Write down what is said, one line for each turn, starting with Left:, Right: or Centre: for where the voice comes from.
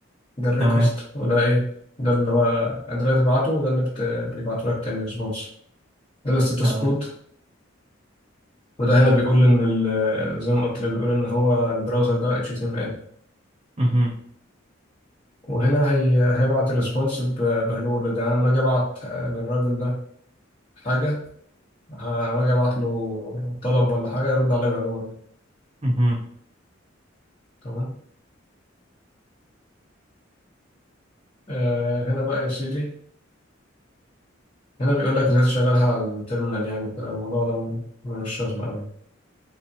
Left: ده الريكوست
Right: تمام
Left: وده ايه ده اللي هو ده اللي بتبعته وده اللي بت... بيبعته لك تاني ريسبونس ده الستاتس
Right: تمام
Left: كود وده هنا بيقول ان ال... زي ما قلت لك بيقول ان هو البراوزر ده HTML
Right: مهم.
Left: وهنا هي... هيبعت الريسبونس ب... بهلو ده انا لما اجي ابعت للراجل ده حاجه ه- لما اجي ابعت له طلب ولا حاجه يرد عليه بهلو ولا
Right: مهم.
Left: تمام آه هنا بقى يا سيدي هنا بيقول لك ازاي تشغلها على التيرمينال يعني وكده الموضوع ده م- ملوش لازمه قوي